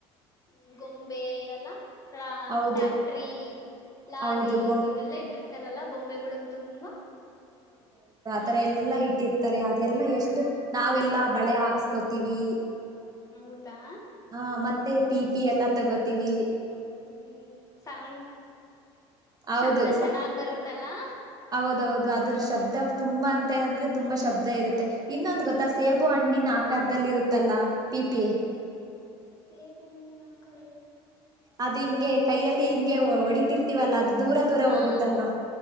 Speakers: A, on the left (about 25°); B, on the right (about 30°).
A: ಹ್ಮ್ ಗೊಂಬೆ ಎಲ್ಲ
B: ಹೌದು
A: ಟ್ಯಾಕ್ಟ್ರಿ ಲಾರಿ
B: ಹೌದು ಗೊ
A: ಇವನೆಲ್ಲಾ ಇಟ್ಟಿರ್ತಾರಲ್ಲ ಬೊಂಬೆಗಳನ್ ತುಂಬಾ
B: ತಾರೆ ಎಲ್ಲ ಇ ಟ್ಟಿರ್ತಾರೆ ಅದೆಲ್ಲ ಎಷ್ಟ ನಾವೆಲ್ಲಾ ಬಳೆ ಹಾಕ್ಸ್ಕೋತೀವಿ
A: ಹೌದಾ
B: ಹಾ ಮತ್ತೆ ಪಿ ಪಿ ಎಲ್ಲಾ ತಗೋತೀವಿ
A: ಹ್ಮ್ ಸೌಂಡ್
B: ಹೌದು
A: ಶಬ್ದ ಚೆನ್ನಾಗ್ ಬರುತ್ತಲ್ಲಾ
B: ಹೌದೌದು ಅದ್ರ ಶಬ್ದ ತುಂಬಾ ಅಂತೆ ಅಂದ್ರೆ ತುಂಬಾ ಶಬ್ದ ಇರುತ್ತೆ ಇನ್ನೊಂದು ಗೊತ್ತ ಸೇಬು ಹಣ್ಣಿನ ಆಕಾರದಲ್ಲಿ ಇರುತ್ತಲ್ಲ ಪಿಪಿ
A: ಸೇಬ್ಣ ನಾ ಕರ
B: ಅದು ಹಿಂಗೆ ಕೈಯಲ್ಲಿ ಹಿಂಗೆ ಹೊಡಿತಿರ್ತೀವಲ್ಲ ಅದು ದೂರ ದೂರ
A: ಹಾ
B: ಹೋಗುತ್ತಲ್ವಾ